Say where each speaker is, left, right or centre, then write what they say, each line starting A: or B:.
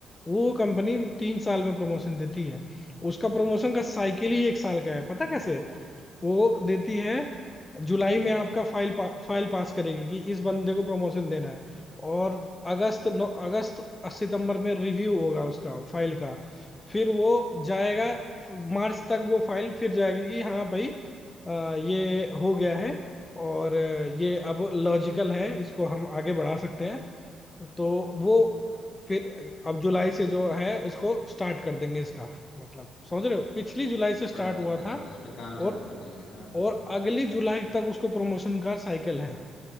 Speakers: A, on the left; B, on the left.
A: वो कंपनी तीन साल में प्रमोशन देती है उसका प्रमोशन का साइकिल ही एक साल का है पता कैसे वो देती है जुलाई में आपका फाइल पा, फाइल पास करेगी कि इस बंदे को प्रमोशन देना है और अगस्त नौ अगस्त सितंबर में रिव्यू होगा उसका फाइल का फिर वो
B: अच्छा
A: जाएगा मार्च तक वो फाइल फिर जाएगी कि हाँ भाई अ, ये हो गया है और अ, ये अब लॉजिकल है इसको हम आगे बढ़ा सकते हैं तो वो फिर अब जुलाई से जो है इसको स्टार्ट कर देंगे इसका मतलब समझ रहे हो पिछली जुलाई से
B: प्रोडक्ट
A: स्टार्ट हुआ
B: अच्छा
A: था
B: इस पे काम
A: और
B: चालू कर देंगे हाँ हाँ
A: और
B: हाँ
A: अगली जुलाई तक उसको प्रमोशन का साइकिल है